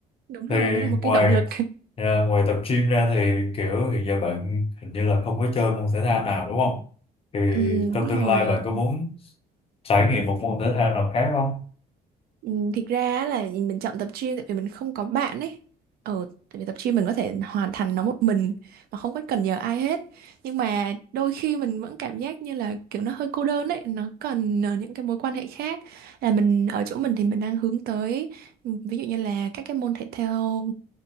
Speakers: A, on the right; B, on the left.
A: đúng rồi
B: thì
A: nó là một
B: ngoài
A: cái động lực
B: à, ngoài tập gym ra thì kiểu hiện giờ bạn hình như là không có chơi môn thể thao nào đúng không thì
A: Ừ,
B: trong
A: đúng
B: tương
A: rồi.
B: lai bạn có muốn trải nghiệm một môn thể thao nào khác không
A: Ừ, thực ra á là mình chọn tập gym tại vì mình không có bạn ấy. Ừ, tại vì tập gym mình có thể hoàn thành nó một mình mà không có cần nhờ ai hết. Nhưng mà đôi khi mình vẫn cảm giác như là kiểu nó hơi cô đơn ấy, nó cần ờ, những cái mối quan hệ khác. Là mình ở chỗ mình thì mình đang hướng tới ừ, ví dụ như là các cái môn thể thao